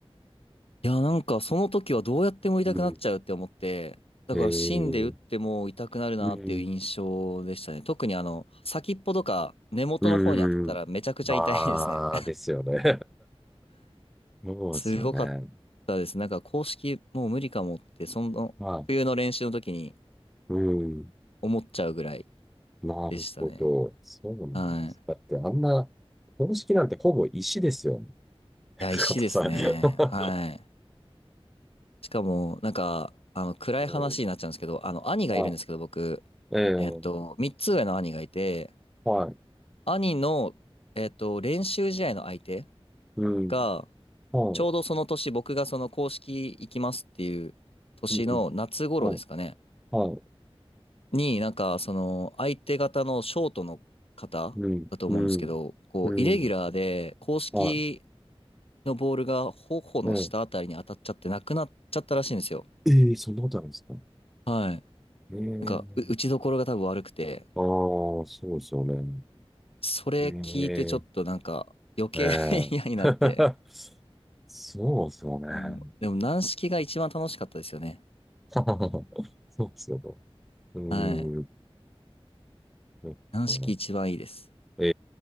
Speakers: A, on the left (about 70°); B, in the centre.
A: いや、なんかその時はどうやっても痛くなっちゃうって思って、
B: うん。
A: だから芯で打っても痛くなるなっていう印象でしたね。
B: えー、うん、
A: 特にあの、先っぽとか根元の方に当たったらめちゃくちゃ痛いですね。
B: うん。ああ、ですよね。<laughs> そうですよね。
A: すごかったです。なんか公式もう無理かもって、その冬の練習の時に
B: まあ、うん。
A: 思っちゃうぐらい
B: なるほど。
A: でしたね。
B: そうなんです。
A: はい。い
B: だって、あんな、公式なんてほぼ石ですよね。<laughs>
A: や、石ですね。
B: 硬さ。<laughs>
A: はい。しかも、なんか、あの、暗い話になっちゃうんですけど、
B: うん。
A: あの、兄がいるんですけど、
B: ま
A: 僕、
B: あ、ええ
A: えっと、3つ上の兄がいて、
B: はい。
A: 兄の、えっと、練習試合の相手
B: うん。
A: が、
B: はい。
A: ちょうどその年、僕がその公式行きますっていう年の夏頃ですかね。
B: うん。はい。はい。
A: に、なんか、その、相手方のショートの方だと思うんですけど、
B: うん。うん。
A: こう、
B: うん。
A: イレギュラーで、公式
B: はい。
A: のボールが頬の下あたりに当たっちゃってなくなっちゃったらしいんですよ。
B: ええええそんなことあるんですか
A: はい。
B: ええ
A: なんか、う打ちどころが多分悪くて、
B: ああー、そうですよね。
A: それ聞いてちょっとなんか、
B: ええ
A: 余計
B: ええ
A: <laughs> 嫌になって、
B: <laughs> そうですよね。
A: うん、でも、軟式が一番楽しかったですよね。
B: <laughs> そうですよと。うーん、
A: はい。
B: そっか。
A: 軟式一番いいです。
B: え